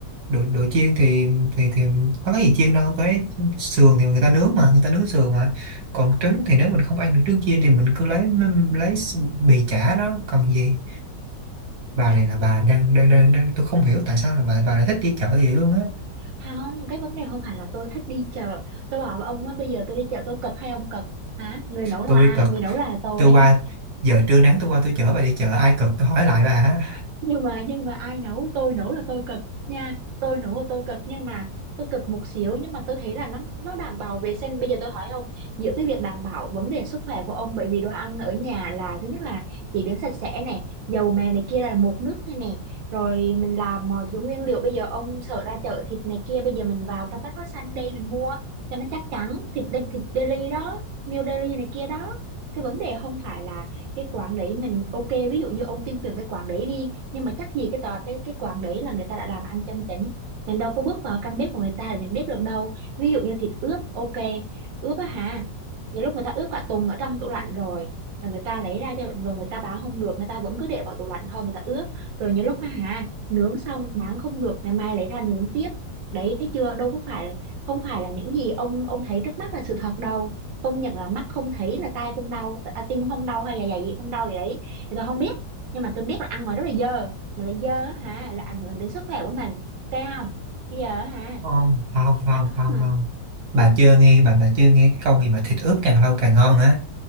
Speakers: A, on the right; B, on the right.
A: đồ đồ chiên thì thì thì có cái gì chiên đâu cái sườn thì người ta nướng mà người ta nướng sườn mà còn trứng thì nếu mình không ăn được trứng chiên thì mình cứ lấy lấy bì chả đó còn gì bà
B: không
A: này là bà đang đang đang, đang tôi không hiểu tại sao là bà bà lại thích đi chợ vậy luôn á
B: không cái vấn đề không phải là tôi thích đi chợ tôi bảo với ông á bây giờ tôi đi chợ tôi cực hay ông cực hả người nấu là
A: tôi
B: ai
A: cực
B: người nấu là tôi
A: tôi qua giờ trưa nắng tôi qua tôi chở bà đi chợ ai cực tôi hỏi lại bà hả
B: nhưng mà nhưng mà ai nấu tôi nấu là tôi cực nha tôi nấu là tôi cực nhưng mà tôi cực một xíu nhưng mà tôi thấy là nó nó đảm bảo vệ sinh bây giờ tôi hỏi ông giữa cái việc đảm bảo vấn đề sức khỏe của ông bởi vì đồ ăn ở nhà là thứ nhất là chế biến sạch sẽ này dầu mè này kia là một nước này nè rồi mình làm mọi thứ nguyên liệu bây giờ ông sợ ra chợ thịt này kia bây giờ mình vào trong Bách Hóa Xanh đây mình mua cho nó chắc chắn thịt đe- thịt deli đó meal deli này kia đó cái vấn đề không phải là cái quán đấy mình ok ví dụ như ông tin tưởng cái quán đấy đi nhưng mà chắc gì cái tòa cái cái quán đấy là người ta đã làm ăn chân chính mình đâu có bước vào căn bếp của người ta để mình biết được đâu ví dụ như thịt ướp ok ướp á hả nhiều lúc người ta ướp cả tuần ở trong tủ lạnh rồi rồi người ta lấy ra cho rồi người ta bán không được người ta vẫn cứ để vào tủ lạnh thôi người ta ướp rồi nhiều lúc á hả nướng xong bán không được ngày mai lấy ra nướng tiếp đấy thấy chưa đâu có phải không phải là những gì ông ông thấy trước mắt là sự thật đâu công nhận là mắt không thấy là tai không đau à, tim không đau hay là dạ dày gì không đau gì đấy thì tôi không biết nhưng mà tôi biết là ăn ngoài rất là dơ mà lại dơ á hả là ảnh hưởng đến sức khỏe của mình thấy không bây giờ á hả
A: không không không
B: <laughs>
A: không không bà chưa nghe bà bà chưa nghe cái câu gì mà thịt ướp càng lâu càng ngon hả